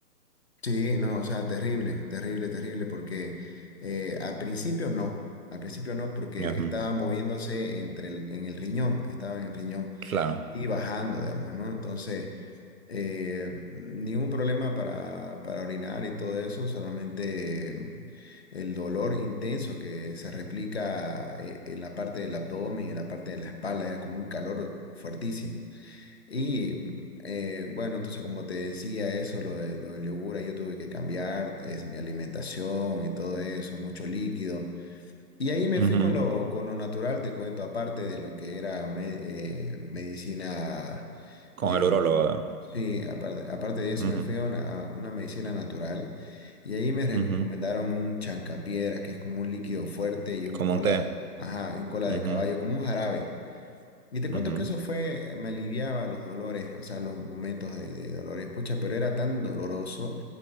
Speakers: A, on the left; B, on the right.
A: sí, no, o sea, terrible, terrible, terrible, porque eh, al principio no, al principio no, porque
B: Ujú,
A: estaba moviéndose entre el- en el riñón, estaba en el riñón
B: Claro.
A: y bajando, digamos, ¿no? Entonces... eh, ningún problema para, para orinar y todo eso, solamente eh, el dolor intenso que se replica eh, en la parte del abdomen, en la parte de la espalda, era como un calor fuertísimo. Y mm, eh, bueno, entonces como te decía eso, lo, de- lo del yogur, ahí yo tuve que cambiar es, mi alimentación y todo eso, mucho líquido. Y ahí me
B: Ujú,
A: fui
B: ujú.
A: con lo, con lo natural, te cuento, aparte de lo que era me- eh, medicina.
B: Con
A: eh,
B: el urólogo.
A: Sí, aparte, aparte de eso
B: Ujú,
A: me fui a una, a una medicina natural y ahí me recomendaron
B: ujú.
A: un chancapiedras, que es como un líquido fuerte y un
B: Como
A: cola
B: un té.
A: de, ajá, un cola
B: Ujú,
A: de caballo, como un jarabe. Y te
B: ujú,
A: cuento que eso fue, me aliviaba los dolores, o sea, los momentos de, de dolores, pucha, pero era tan doloroso.